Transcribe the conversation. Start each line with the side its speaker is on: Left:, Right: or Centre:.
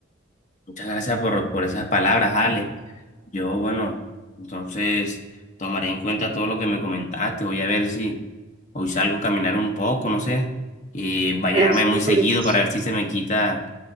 Left: Muchas gracias por, por esas palabras, Ale. Yo, bueno, entonces tomaré en cuenta todo lo que me comentaste. Voy a ver si hoy salgo a caminar un poco, no sé, eh, bañarme
Right: Pero eso
Left: muy
Right: me
Left: seguido
Right: parece súper.
Left: para ver si se me quita,